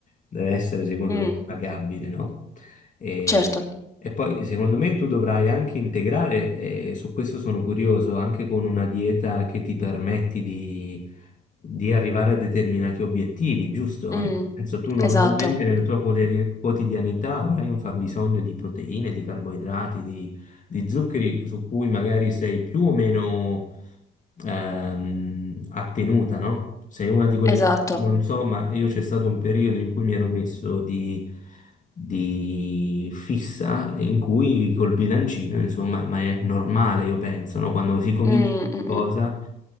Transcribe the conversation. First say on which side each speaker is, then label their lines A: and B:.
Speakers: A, on the left (about 40°); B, on the left (about 15°).
A: deve essere secondo
B: Mm,
A: me pagabile, no? E,
B: certo.
A: e poi secondo me tu dovrai anche integrare, e su questo sono curioso, anche con una dieta che ti permetti di, di arrivare a determinati obiettivi, giusto?
B: Mm,
A: Nel senso, tu normalmente
B: esatto,
A: nella tua quotidia- quotidianità avrai un fabbisogno di proteine, di carboidrati, di, di zuccheri su cui magari sei più o meno ehm, attenuta, no? Sei una di quelle,
B: esatto.
A: non so, ma io c'è stato un periodo in cui mi ero messo di, di fissa in cui col bilancino, insomma, ma è normale, io penso, no? Quando si comincia
B: Mm,
A: qualcosa,
B: mm, mm.